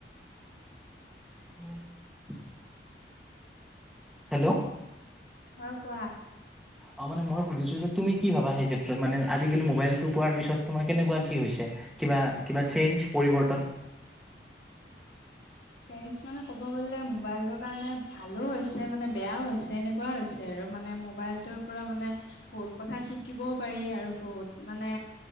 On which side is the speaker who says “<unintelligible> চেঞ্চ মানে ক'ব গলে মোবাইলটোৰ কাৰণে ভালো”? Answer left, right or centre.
Left